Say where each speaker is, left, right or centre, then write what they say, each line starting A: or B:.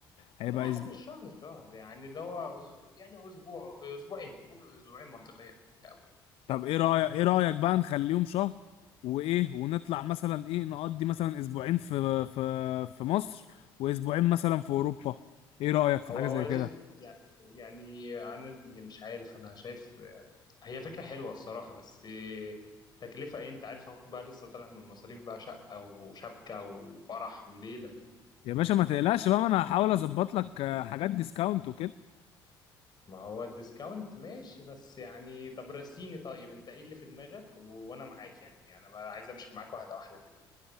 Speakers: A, on the left; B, on the left.
A: هيبقى
B: لا
A: اسبوع
B: مش شهر شهر يعني اللي هو أز... يعني اسبوع اسبوعين قول اسبوعين منطقيه قوي يعني
A: طب ايه رايك ايه رايك بقى نخليهم شهر وايه ونطلع مثلا ايه نقضي مثلا اسبوعين في في في مصر واسبوعين مثلا في اوروبا ايه رايك في
B: هو
A: حاجه
B: اولا
A: زي كده
B: يعني يعني انا يعني مش عارف انا شايف آه، هي فكره حلوه الصراحه بس آه، تكلفه ايه انت عارف اخوك بقى لسه طالع من مصاريف بقى شقه وشبكه وفرح وليله
A: يا باشا ما تقلقش بقى ما انا هحاول اظبط لك آه، حاجات ديسكاونت وكده
B: ما هو الديسكاونت ماشي بس يعني طب رسيني طيب انت ايه اللي في دماغك و... وانا معاك يعني انا بقى عايز امشي معاك واحده واحده كده